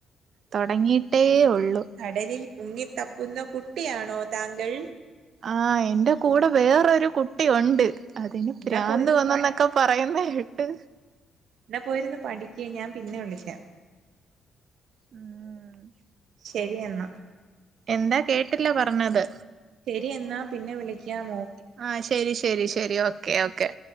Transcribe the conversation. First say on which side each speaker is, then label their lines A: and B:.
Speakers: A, on the right (about 55°); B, on the right (about 70°).
A: തുടങ്ങിയിട്ടേ ഒള്ളു.
B: കടലിൽ മുങ്ങി തപ്പുന്ന കുട്ടിയാണോ താങ്കൾ?
A: ആ എന്റെ കൂടെ വേറൊരു കുട്ടി ഒണ്ട് അതിന്
B: എന്നാ
A: പ്രാന്ത്
B: പോയി
A: വന്നന്നൊക്കെ
B: പഠി
A: പറയുന്നെ കേട്ടു
B: ന്നാ പോയിരുന്ന് പഠിക്ക് ഞാൻ പിന്നെ വിളിക്കാ
A: ഉം
B: ശെരി എന്നാ
A: എന്താ കേട്ടില്ല പറഞ്ഞത്
B: ശെരി എന്നാ പിന്നെ വിളിക്കാമോ
A: ആ ശെരി ശെരി ശെരി ഓക്കെ ഓക്കെ